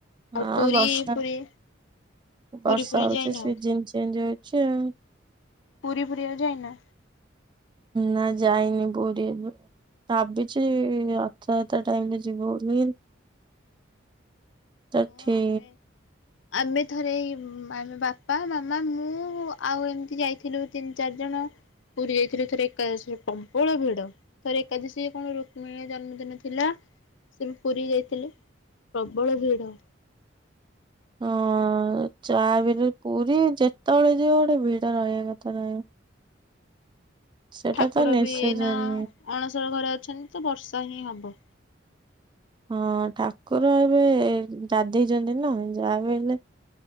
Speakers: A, on the left (about 70°); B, on the right (about 25°).
A: ଆଉ
B: ହଁ
A: ପୁରୀ
B: ବର୍ଷା
A: ପୁରୀ
B: ବର୍ଷା
A: ପୁରୀ ପୁରୀ
B: ହଉଛି
A: ଯାଇନ
B: ସିଜନ ଚେଞ୍ଜ ହଇଛି ଆଉ।
A: ପୁରୀ ପୁରୀିବାକୁ ଯାଇନା?
B: ନା ଯାଇନି ପୁରୀ। ଭାବିଛି ରଥଯାତ୍ରା ଟାଇମ ରେ ଯିବୁ ବୋଲି। ତ
A: ହଁ
B: ଠି
A: ଆମେ ଆମେ ଥରେ ଏଇ ଆମେ ବାପା ମାମା ମୁଁ ଆଉ ଏମିତି ଯାଇଥିଲୁ। ତିନି ଚାରି ଜଣ ପୁରୀ ଯାଇଥିଲୁ ଥରେ ଏକାଦଶରେ ପ୍ରବଳ ଭିଡ। ଥର ଏକାଦଶୀ କଣ ରୁକ୍ମିଣୀ ଜନ୍ମଦିନ ଥିଲା ସେ ପୁରୀ ଯାଇଥିଲି। ପ୍ରବଳ ଭିଡ଼?
B: ହଁ। ଆଉ ଚା ବିରେ ପୁରୀ ଯେତେବେଳେ ଯିବ ଗୋଟେ ଭିଡ଼ ରହିବା କଥା ରହିବ। ସେଇଟା
A: ଠାକୁର
B: ତ ନେସେସରି।
A: ବି ଏନା ଅଣସର ଘରେ ଅଛନ୍ତି ତ ବର୍ଷା ହିଁ ହବ।
B: ହଁ ଠାକୁର ଏବେ ଯାଧେଇଛନ୍ତି ନା ଯାହାବି ହେଲେ